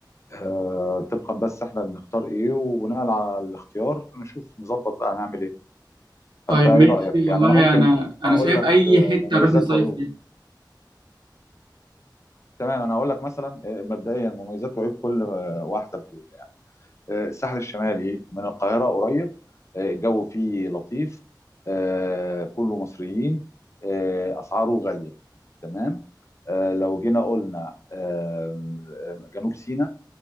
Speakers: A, on the left; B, on the right.
A: آه، طبقا بس احنا بنختار ايه وبناء على الاختيار نشوف نظبط بقى هنعمل ايه
B: طيب
A: فانت ايه
B: ماشي
A: رايك يعني
B: والله
A: انا ممكن
B: انا انا
A: اقول
B: شايف
A: لك
B: اي
A: آه،
B: حتة
A: مميزات
B: نروح نصيف
A: وعيوب
B: فيها
A: تمام انا هقول لك مثلا آه، مبدئيا مميزات وعيوب كل آه، واحده في دول يعني آه، الساحل الشمالي من القاهره قريب آه، الجو فيه لطيف آه، كله مصريين آه، اسعاره غاليه تمام آه، لو جينا قلنا آه، جنوب سيناء